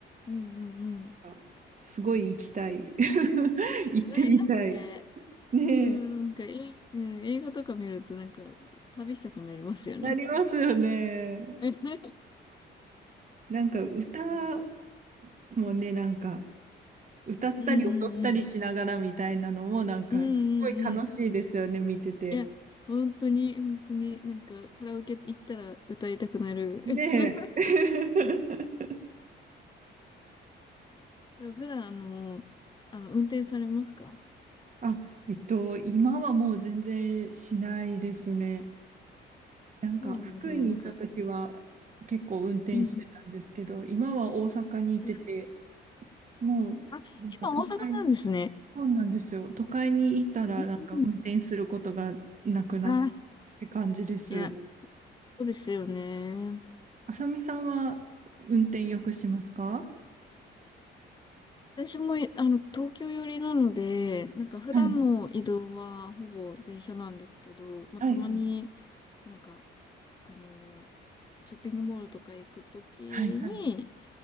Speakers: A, on the left; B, on the right.
A: うんうんうん。
B: あすごい行きたい。<laughs> 行ってみたい。
A: えー、ね
B: ねえ、
A: うん、なんか、え、うん、映画とか見るとなんか、旅したくなりますよね。
B: なりますよね。
A: <laughs>
B: なんか、歌
A: うん
B: もね、なんか、歌ったり踊ったりしながらみたいなのもなんかすごい楽しいですよね、
A: うんうんうんうんうん。
B: 見てて。
A: いや、本当に、本当に、なんか、カラオケ行ったら歌いたくなる。
B: ねえ。
A: <laughs>
B: <laughs>
A: 普段、あの、あの、運転されますか
B: あ、えっと、今はもう全然しないですね。なんか福井にいた時は結構運転してたんですけど、
A: そうなんですね。なんか、うん。
B: 今は大阪にいてて、
A: なんか
B: もうなんか都会に、
A: あ、今大阪なんですね。
B: そうなんですよ。都会に行ったらなんか運転することがなくなっ
A: うんうん。あ、
B: て感じです。
A: いや、そ、そうですよね。
B: あさみさんは運転よくしますか
A: 私も、あの、東京寄りなので、なんか普段の移動はほぼ電車なんですけど、
B: はい。
A: まあ、
B: はいはい
A: たまになんか、あの、ショッピングモールとか行くときに、
B: はいはい。